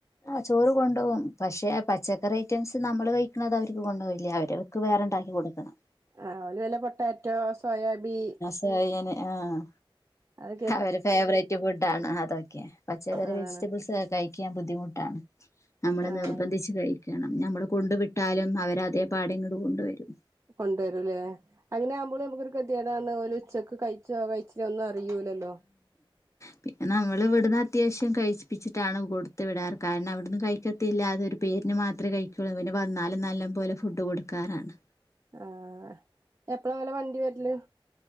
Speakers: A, on the left; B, on the right.
A: ആ ചോറ് കൊണ്ടുപോകും പക്ഷേ പച്ചക്കറി ഐറ്റംസ് നമ്മൾ കഴിക്കണത് അവർക്ക് കൊണ്ട് <unintelligible> ഇല്ല അവരെക്ക് വേറെ ഉണ്ടാക്കി കൊടുക്കണം
B: ആഹ് ഒന് വല്ല പൊട്ടാറ്റോ സോയാബി
A: യ്യ് കയ്യനെ ആഹ്
B: അത്
A: അവരെ ഫേവറേറ്റ് ഫുഡ്‌ ആണ് അതൊക്കെ പച്ചക്കറി
B: അതാണ്
A: വെജിറ്റബിൾസ് ഒക്കെ കഴിക്കാൻ ബുദ്ധിമുട്ടാണ് നമ്മള്
B: ആഹ്
A: നിർബന്ധിച്ച് കഴിക്കണം നമ്മള് കൊണ്ടു വിട്ടാലും അവരതെപാടെ ഇങ്ങട് കൊണ്ടു വരും
B: കൊണ്ടുവരൂല്ലേ അങ്ങനെ ആകുമ്പോൾ നമുക്കൊരു ഗതികേടാണ് ഓല് ഉച്ചക്ക് കഴി കഴിച്ചോ കഴച്ചിലെയോ ഒന്നും അറി യൂല്ലല്ലോ
A: പി നമ്മൾ ഇവിടുന്ന് അത്യാവശ്യം കഴിച്ചിപ്പിച്ചിട്ടാണ് കൊടുത്ത് വിടാറ് കാരണം അവിടുന്ന് കഴിക്കത്തില്ലാതൊരു പേരിന് മാത്രമേ കഴിക്കുകയുള്ളൂ പിന്നെ വന്നാലും നല്ല പോലെ ഫുഡ് കൊടുക്കാറാണ്
B: ആഹ എപ്പളാ ഓലെ വണ്ടി വെര്ല്